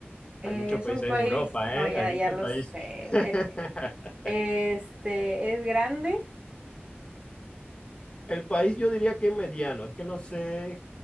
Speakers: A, on the right; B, on the left.
A: Es
B: Hay muchos países
A: un país,
B: en Europa,
A: no,
B: ¿eh?
A: ya,
B: Hay muchos
A: ya lo
B: países.
A: sé.
B: <laughs>
A: E- Este, ¿es grande?
B: El país yo diría que es mediano. Es que no sé